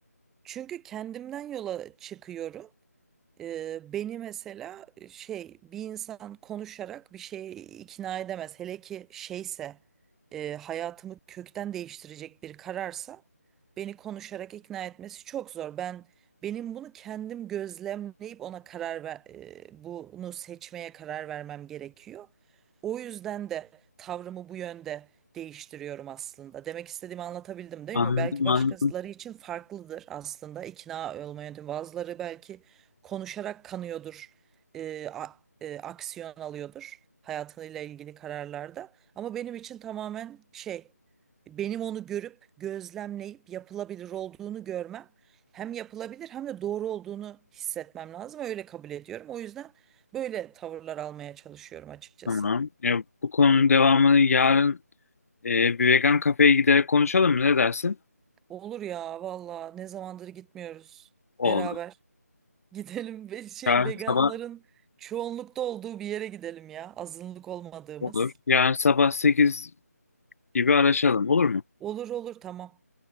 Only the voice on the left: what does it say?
Anladım
anladım.
Tamam. Ya, bu konunun devamını yarın Ee, bir vegan kafeye giderek konuşalım mı? Ne dersin?
Olur.
Yarın
sabah
olur. Yarın sabah 8 gibi araşalım. Olur mu?